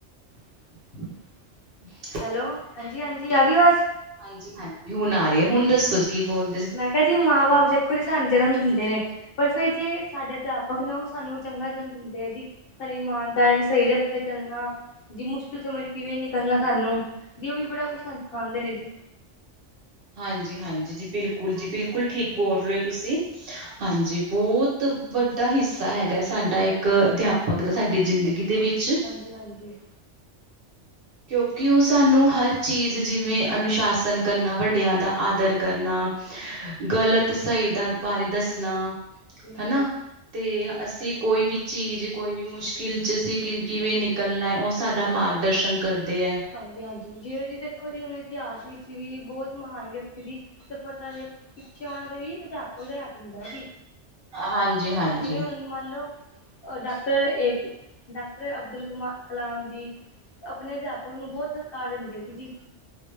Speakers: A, on the left (about 60°); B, on the right (about 55°).
A: <inaudible>
B: <inaudible>
A: ਹੈਲੋ, ਹਾਂਜੀ-ਹਾਂਜੀ ਆਗੀ ਅਵਾਜ਼?
B: ਹਾਂਜੀ-ਹਾਂਜੀ, ਹੁਣ ਆ ਰਹੀ ਏ, ਹੁਣ ਦੱਸੋ ਜੀ ਕੀ ਬੋਲ
A: ਮੈਂ ਕਿਆ ਜੀ, ਮਾਂ-ਬਾਪ ਜੇ ਰੀ ਸਾਨੂੰ ਜਨਮ ਦਿੰਦੇ ਨੇ, ਪਰ ਫਿਰ ਜੇ ਸਾਡੇ ਅਧਿਆਪਕ ਨੇ ਉਹ ਸਾਨੂੰ ਚੰਗਾ ਜਨਮ ਦਿੰਦੇ ਆ ਜੀ। ਸਾਰੀ ਇਮਾਨਦਾਰੀ, ਸਹੀ ਰਸਤੇ ਚੱਲਨਾ। ਜੀ ਮੁਸ਼ਕਿਲ ਸਮੇਂ'ਚ ਕਿਵੇਂ ਨਿਕਲਣਾ ਸਾਨੂੰ, ਜੀ ਉਹ ਵੀ ਬੜਾ ਕੁਛ ਸਿਖਾਂਦੇ ਨੇ ਜੀ।
B: ਹਾਂਜੀ-ਹਾਂਜੀ ਜੀ, ਬਿਲਕੁਲ ਜੀ, ਬਿਲਕੁਲ ਠੀਕ ਬੋਲ ਰਹੇ ਓ ਤੁਸੀ। ਹਾਂਜੀ, ਬਹੁਤ ਵੱਡਾ ਹਿੱਸਾ ਹੈਗਾ ਸਾਡਾ ਇੱਕ ਅਧਿਆਪਕ ਦਾ, ਸਾਡੀ ਜ਼ਿੰਦਗੀ ਦੇ ਵਿੱਚ।
A: ਹਾਂਜੀ-ਹਾਂਜੀ।
B: ਕਿਉਕੀ ਉਹ ਸਾਨੂੰ ਹਰ ਚੀਜ਼ ਜੀ ਜਿਵੇਂ, ਅਨੁਸ਼ਾਸਨ ਕਰਨਾ, ਵੱਡਿਆਂ ਦਾ ਆਦਰ ਕਰਨਾ। ਗਲਤ, ਸਹੀ ਦਾ ਬਾਰੇ ਦੱਸਣਾ,
A: ਜੀ ਹਾਂਜੀ
B: ਹਨਾ। ਤੇ, ਅਸੀਂ ਕੋਈ ਵੀ ਚੀਜ਼ ਕੋਈ ਵੀ ਮੁਸ਼ਕਿਲ'ਚ ਅਸੀਂ ਕਿਵੇਂ ਨਿਕਲਣਾ ਏ, ਉਹ ਸਾਡਾ ਮਾਗ ਦਰਸ਼ਨ ਕਰਦੇ ਐ।
A: ਹਾਂਜੀ- ਹਾਂਜੀ ਜਿਵੇਂ ਜੀ ਦੇਖੋ ਜੀ ਹੁਣ ਇਤਿਹਾਸ ਵਿੱਚ ਵੀ ਬਹੋਤ ਮਹਾਨ ਵਿਅਕਤੀ ਦੀ ਸਫਲਤਾ ਦੇ ਪਿੱਛੇ ਉਹਨਾਂ ਦੇ ਵੀ ਅਧਿਆਪਕ ਦਾ ਹੱਥ ਹੂੰਦਾਂ ਜੀ।
B: ਹਾਂਜੀ-ਹਾਂਜੀ।
A: ਜਿਵੇਂ ਹੁਣ ਮੰਨ ਲਓ। ਡਾਕਟਰ ਏ ਡਾਕਟਰ ਅਬਦੁਲ ਕਮਾਰ ਕਲਾਮ ਜੀ ਆਪਣੇ ਅਧਿਆਪਕ ਉਸਨੂੰ ਬਹੋਤ ਸਤਕਾਰ ਦਿੰਦੇ ਸੀ ਜੀ।